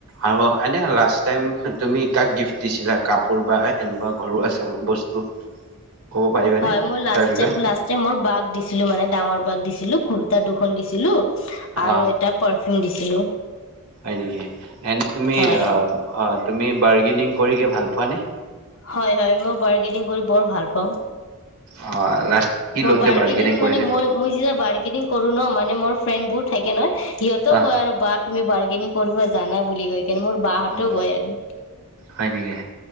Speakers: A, on the right; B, on the left.
A: আৰু এনে লাষ্ট টাইম তুমি কাক গিফট দিছিলা কাপোৰ বা এনেকুৱা ঘৰুৱা চ বস্তু ক'ব পাৰিবানে
B: হয় মোৰ লাষ্ট
A: তাৰ বিষয়ে
B: লাষ্টাইম মোৰ বাক দিছে দিছিলো মানে ডাঙৰ বাক দিছিলো কুুৰ্তা দুখন দিছিলো আৰু
A: অ'
B: এটা পাৰ চিন দিছিলো
A: হয় নেকি এনে তুমি
B: হয়
A: অ অ তুমি বাৰ্গেনিং কৰি কি ভাল পোৱাানে
B: হয় হয় মই বাৰ্গেনিং কৰি বৰ ভাল পাওঁ
A: অ লাষ্ট কি
B: মই
A: লওঁতে
B: বাৰ্গেনিং মানে
A: কৰিছিলা?
B: মই মই যেতিয়া বাৰ্গেনিং কৰোণা মান মানে মোৰ ফ্ৰেণ্ড বোৰ থাকে নহ সিহতেও
A: আহ
B: কয় আৰু বাট তুমি বাৰ্গেনিং কৰিব জানা বুলি কৈ কেনে মোৰ বাহঁতেও
A: অ
B: কয় আৰু
A: হয় নেকি